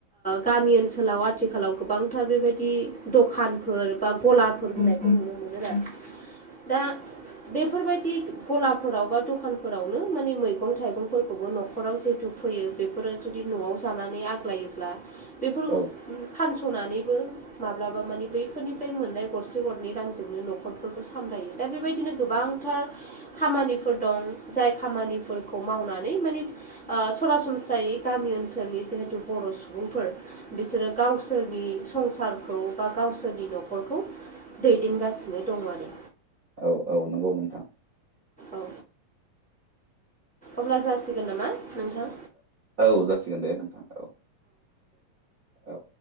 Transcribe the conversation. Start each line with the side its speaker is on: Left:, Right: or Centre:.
Centre: गामि ओनसोलाव आथिखालाव गोबांथार बेबायदि दखानफोर बा गलाफोर होनायखौ नुनो मोनो आरो। दा बेफोरबायदि गलाफोराव बा दखानफोरावनो माने मैगं थाइगंफोरखौबो न'खराव जिहेथु फैयो बेफोरो जुदि न'आव जानानै आग्लायोब्ला बेफोरखौ
Right: औ
Centre: फानस'नानैबो माब्लाबा मानिे बैफोरनिफ्राय मोननाय गरसे गरनै रांजोंनो न'खरफोरखौ सामलायो। दा बेबायदिनो गोबांथार खामानिफोर दं जाय खामानिफोरखौ मावनानै माने ओ सरासनस्रायै गामि ओनसोलनि जिहेथु बर' सुबुंफोर बिसोरो गावसोरनि संसारखौ बा गावसोरनि न'खरखौ दैदेनगासिनो दं आरो।
Right: औ औ नंगौ नोंथां।
Centre: औ अब्ला जासिगोन नामा नोंथां?
Right: औ जासिगोन दे नोंथां औ औ।